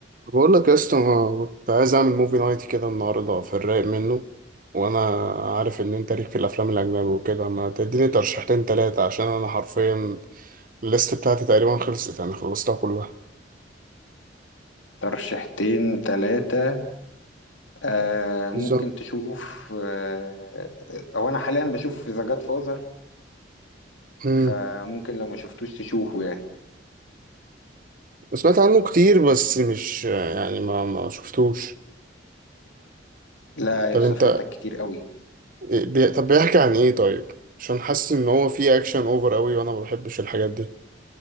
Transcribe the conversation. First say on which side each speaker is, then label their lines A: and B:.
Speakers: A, on the right (about 45°); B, on the left (about 85°).
A: بقول لك يا اسطى أنا كنت عايز اعمل موفي نايت كده النهارده في الرايق منه وانا عارف ان انت ليك في الافلام الاجنبي وكده ما تديني ترشيحتين تلاتة عشان انا حرفيا الليست بتاعتي تقريبا خلصت يعني خلصتها كلها
B: ترشيحتين تلاتة آه ممكن
A: بالظبط
B: تشوف آه هو أنا حاليا بشوف ذا جاد فازر
A: امم
B: فممكن لو ما شفتوش تشوفه يعني
A: سمعت عنه كتير بس مش يعني ما ما شفتوش
B: لا
A: طب
B: يا اسطى
A: انت
B: فايتك كتير قوي
A: بي... طب بيحكي عن ايه طيب عشان حاسس ان هو فيه اكشن اوفر قوي وانا ما بحبش الحاجات دي